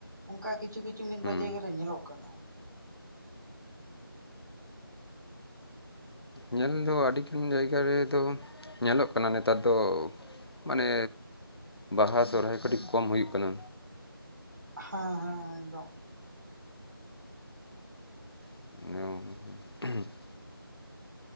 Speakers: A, on the right; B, on the left.
A: ᱚᱱᱠᱟ ᱠᱤᱪᱷᱩ ᱠᱤ ᱠᱤᱪᱷᱩ ᱢᱤᱫ
B: ᱦᱩᱸ
A: ᱵᱟᱨ ᱡᱟᱭᱜᱟ ᱨᱮ ᱧᱮᱞᱚᱜ ᱠᱟᱱᱟ
B: ᱧᱮᱞ ᱫᱚ ᱟᱹᱰᱤᱜᱟᱱ ᱡᱟᱭᱜᱟ ᱨᱮᱫᱚ ᱧᱮᱞᱚᱜ ᱠᱟᱱᱟ ᱱᱮᱛᱟᱨ ᱫᱚ ᱢᱟᱱᱮ ᱵᱟᱦᱟ ᱥᱚᱨᱦᱟᱭ ᱠᱟᱹᱴᱤᱡ ᱠᱚᱢ ᱦᱩᱭᱩᱜ ᱠᱟᱱᱟ
A: ᱦᱮᱸ ᱦᱮᱸ ᱮᱠᱫᱚᱢ
B: ᱚ